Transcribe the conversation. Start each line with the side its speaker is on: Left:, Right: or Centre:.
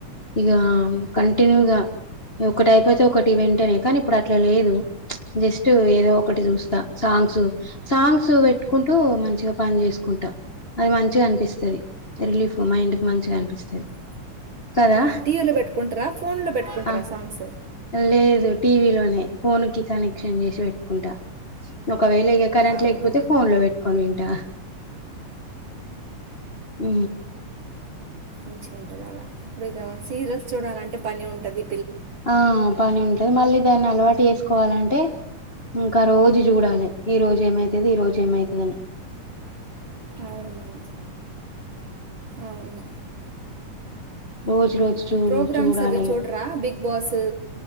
Left: ఇగ కంటిన్యూగా ఒకటి అయిపోతే ఒకటి వెంటేనె కానీ, ఇప్పుడట్ల లేదు. జస్ టు ఏదో ఒకటి చూస్తా. సాంగ్సు, సాంగ్స్ పెట్టుకుంటూ మంచిగ పని చేసుకుంటా. అది మంచిగా అనిపిస్తది. రిలీఫ్ మైండ్ కి మంచిగ అనిపిస్తది. కదా!
Right: ఆ, టీవీలో పెట్టుకుంటారా ఫోన్లో పెట్టుకుంటారా
Left: అ
Right: సాంగ్స్
Left: లేదు టీవీలోనే, ఫోన్ కి కనెక్షన్ చేసి పెట్టుకుంటా. ఒకవేల ఇగ కరెంట్
Right: అవునా
Left: లేకపోతె, ఫోన్ లో పెట్ కొన్ని వింటా. మ్
Right: మంచిగుంటది అలా ఇప్పుడు ఇక సీరియల్స్ చూడాలంటె, పని ఉంటది.
Left: ఆ పని ఉంటది. మళ్ళీ దాన్ని అలవాటు చేసుకోవాలంటె, ఇంకా రోజు చూడాలి. ఈ రోజు ఏమైతది? ఈ రోజు ఏమైతది అని.
Right: అవును. అవును.
Left: రోజు
Right: మ్ హు
Left: రోజు చూ
Right: ప్రోగ్రామ్స్
Left: చూడాలి
Right: అవి చూడరా? బిగ్ బాసు